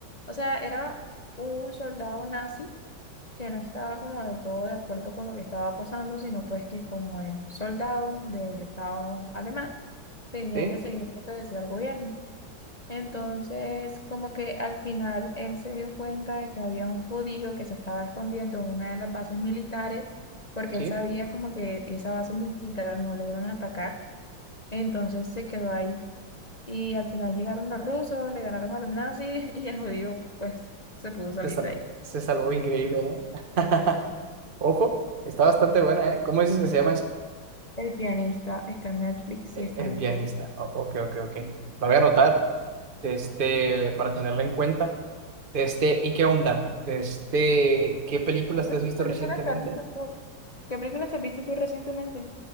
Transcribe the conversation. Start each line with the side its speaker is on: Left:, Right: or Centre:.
Left: o sea, era un soldado nazi que no estaba como del todo de acuerdo con lo que estaba pasando, sino pues que como es soldado del Estado alemán, tenía
Right: sí,
Left: que seguir lo que decía el gobierno. Entonces, como que al final él se dio cuenta de que había un judío que se estaba escondiendo en una de las bases militares, porque
Right: sí.
Left: él sabía como que esa base militar no le iban a atacar. Entonces se quedó ahí. Y al final llegaron los rusos, le ganaron a los nazis <laughs> y el judío pues se pudo salir
Right: Se salvó,
Left: de ahí.
Right: se salvó increíble, ¿eh? <laughs> Ojo, está bastante buena, ¿eh? ¿Cómo dices que se llama eso?
Left: El pianista está en Netflix
Right: El,
Left: y está
Right: el
Left: muy
Right: pianista.
Left: bueno.
Right: O- ok, ok, ok. La voy a anotar, este, para tenerla en cuenta. Este, ¿y qué onda? Este, ¿qué películas
Left: No sé,
Right: te has visto
Left: ¿qué película
Right: recientemente?
Left: te has visto tú? ¿Qué película te has visto tú recientemente?